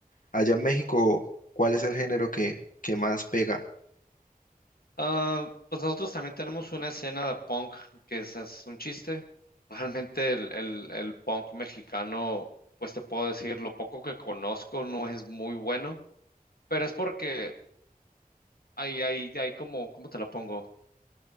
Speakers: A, on the left; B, on the left.
A: Allá en México, ¿cuál es el género que, que más pega?
B: Ah, pues nosotros también tenemos una escena de punk que es, es un chiste. Realmente el, el, el punk mexicano, pues te puedo decir, lo poco que conozco no es muy bueno, pero es porque hay, hay, hay como, ¿cómo te lo pongo?